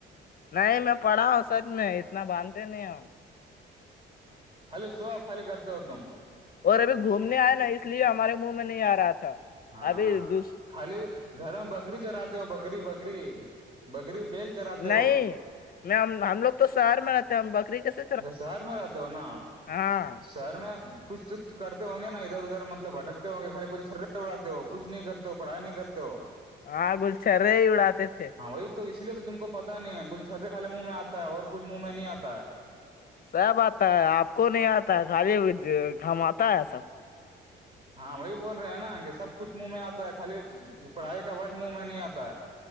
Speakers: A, on the left; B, on the right.
A: نہیں میں پڑھا ہوں سچ میں اتنا باندھتے نہیں ہم
B: خالی شو آف خالی کرتے ہو تم
A: اور ابھی گھومنے آئے نا اس لیے ہمارے منہ میں نہیں آ رہا تھا
B: ہاں
A: ابھی دوس
B: خالی گھر میں بکری چراتے ہو بکری بگری بکری بیل چراتے
A: نہیں
B: ہو
A: میں ہم لوگ تو شہر میں رہتے ہیں ہم بکری کےس
B: اچھا شہر میں رہتا ہو نا
A: ہاں
B: سر میں کچھ کرتے ہوں گے نا ادھر ادھر مطلب بھٹکتے ہوں گے خالی گل چھرے اڑاتے ہ گے کچھ نہیں کرتے پڑھائی نہیں کرتے
A: ہاں گلچرے ہی اڑاتے تھے
B: ہاں وہی تو اسی لیے تو تم کو پتا نہیں ہے گلچرے خالے منہ میں آتا ہے اور کچھ منہ میں نہیں آتا ہے
A: س ب آتا ہے آپ کو نہیں آتا خالی گھماتا ہے سب کو
B: ہاں وہی بول رہے ہیں نا کہ سب کچھ منہ میں آتا ہے خالی پڑھائی کا بٹ منہ میں نہیں آتا ہے